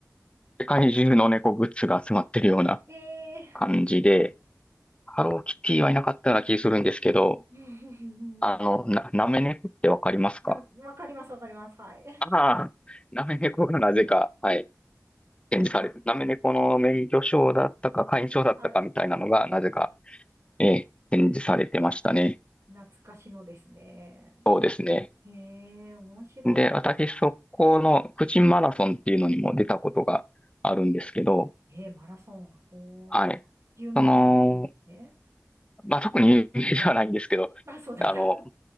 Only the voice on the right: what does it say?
ええ
ー。
<laughs>
な、わかります、わかります。はい。
あ
はい。
<laughs>
懐かしのですね。
へえ、面白
い。えー、マラソン。おー、
あ有名なんですね。
あ、そうなんだ。